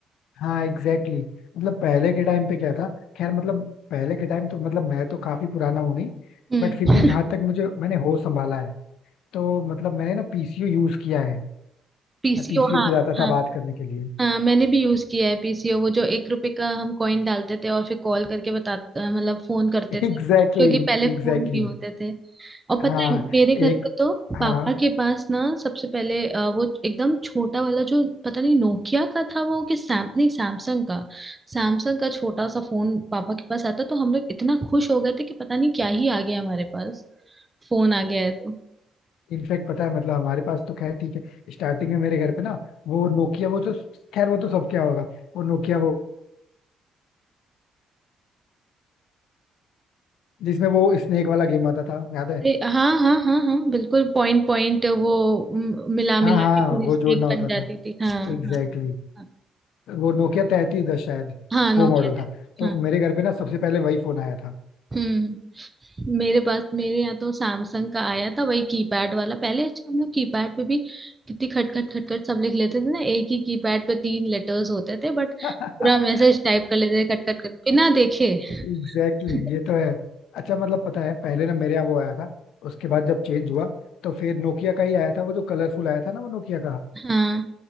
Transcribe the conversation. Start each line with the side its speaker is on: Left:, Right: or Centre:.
Left: हाँ एग्जैक्टली exactly. मतलब पहले के टाइम पे क्या था खैर मतलब पहले के टाइम तो मतलब मैं तो काफी पुराना हूँ नहीं
Right: हम्म
Left: बट फिर भी जहां तक मुझे मैंने होश संभाला है तो मतलब मैंने ना पीसीओ यूज किया है
Right: पीसीओ
Left: मैं पीसीओ
Right: हाँ
Left: पे जाता
Right: हाँ।
Left: था बात करने के लिए
Right: हाँ मैंने भी यूज किया है पीसीओ वो जो एक रुपए का हम कॉइन डालते थे और फिर कॉल करके बताते मतलब फोन करते
Left: <laughs>
Right: थे
Left: Exactly
Right: क्योंकि
Left: exactly,
Right: पहले
Left: exactly
Right: फोन भी होते
Left: exactly.
Right: थे और
Left: हाँ
Right: पता है मेरे
Left: एक
Right: घर पे तो
Left: हाँ
Right: पापा के पास ना सबसे पहले अ, वो एकदम छोटा वाला जो पता नहीं नोकिया का था वो कि सैम नहीं सैमसंग का सैमसंग का छोटा सा फोन पापा के पास आता तो हम लोग इतना खुश हो गए थे कि पता नहीं क्या ही आ गया हमारे पास फोन आ गया है तो।
Left: इनफैक्ट पता है मतलब हमारे पास तो खैर ठीक है स्टार्टिंग में मेरे घर पे ना वो नोकिया वो जो खैर वो तो सब क्या होगा वो नोकिया वो जिसमें वो स्नेक वाला गेम आता था याद है
Right: अरे हाँ हाँ हाँ हाँ बिल्कुल पॉइंट पॉइंट वो म- मिला मिला
Left: हाँ हाँ
Right: के पूरी
Left: वो
Right: स्नेक
Left: जोड़ना होता
Right: बन जाती
Left: था
Right: थी हाँ हाँ
Left: Exactly exactly.
Right: हाँ
Left: वो नोकिया तैतीस दस शायद
Right: हाँ नोकिया
Left: वो मॉडल था तो
Right: हाँ
Left: मेरे घर पे ना सबसे पहले वही फोन आया था
Right: हम्म मेरे पास मेरे यहाँ तो सैमसंग का आया था वही कीपैड वाला पहले अच्छा हम लोग कीपैड पे भी कितनी खट खट खट खट सब लिख लेते थे ना एक ही कीपैड पे तीन लेटर्स होते थे बट
Left: <laughs>
Right: पूरा मैसेज टाइप कर लेते थे खट खट खट बिना देखे <laughs>
Left: एग्जैक्टली exactly, ये तो है अच्छा मतलब पता है पहले ना मेरे यहाँ वो आया था उसके बाद जब चेंज हुआ तो फिर नोकिया का ही आया था वो जो कलरफुल आया था ना वो नोकिया का
Right: हाँ